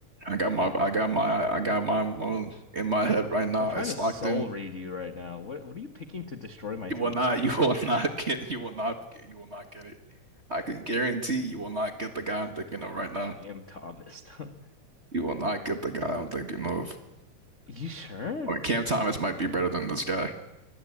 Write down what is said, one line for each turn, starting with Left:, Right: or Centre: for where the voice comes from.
Right: I got my, I got my, I got mine on in my head right now.
Left: I'm trying
Right: It's
Left: to soul
Right: locked in.
Left: read you right now. What what are you picking to destroy my
Right: You
Left: team?
Right: will not, you will <laughs> not get, you will not get, you will not get it. I can guarantee you will not get the guy I'm thinking of right now.
Left: Cam Thomas. <laughs>
Right: You will not get the guy I'm thinking of.
Left: You sure?
Right: I mean, Cam Thomas might be better than this guy.